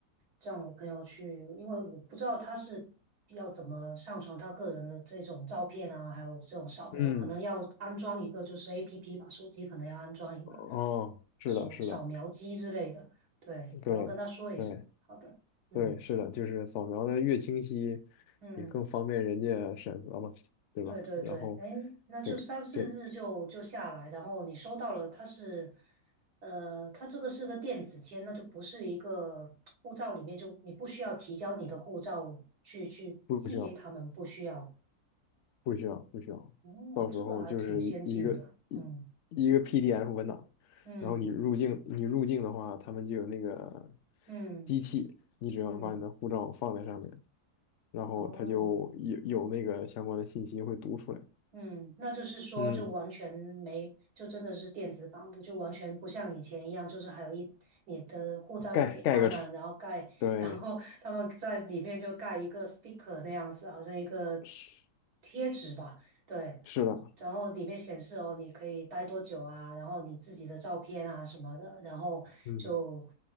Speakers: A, on the right; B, on the left.
A: 让我朋友去，因为我不知道他是要怎么上传他个人的这种照片啊，还有这种扫描，
B: 嗯，
A: 可能要安装一个就是 APP 吧，手机可能要安装一个
B: 哦，是的，
A: 手扫描机之类的。
B: 是的，
A: 对，
B: 对，
A: 我要跟他说一声。
B: 对，
A: 好的，嗯
B: 对，是的，就是扫描的越清晰，
A: 嗯。
B: 也更方便人家审核嘛，对吧？
A: 对对对，
B: 然后，
A: 哎，那就三四日就就下来，
B: 这个这个
A: 然后你收到了，它是，呃，它这个是个电子签，那就不是一个护照里面就你不需要提交你的护照去去寄给他们，
B: 不需要，
A: 不需要。
B: 不需要，不需要，
A: 嗯，
B: 到时候就是一一个一一个
A: 这个还挺先进的。嗯
B: PDF 文档，
A: 嗯
B: 然后你入境，你入境的话，他们就有那个
A: 嗯
B: 机器，你只要把你的护照放在上面，
A: 嗯，
B: 然后它就有有那个相关的信息会读出来，
A: 哦。嗯，那就是说，
B: 嗯，
A: 就完全没，就真的是电子版的，就完全不像以前一样，就是还有一你的护照要给他们，
B: 盖盖个戳，
A: 然后盖，
B: 对。
A: <laughs> 然后他们在里面就盖一个 sticker 那样子，好像一个贴
B: 是
A: 贴纸吧，对，
B: 是的，
A: 然后里面显示哦，你可以待多久啊，然后你自己的照片啊什么的，然后就
B: 嗯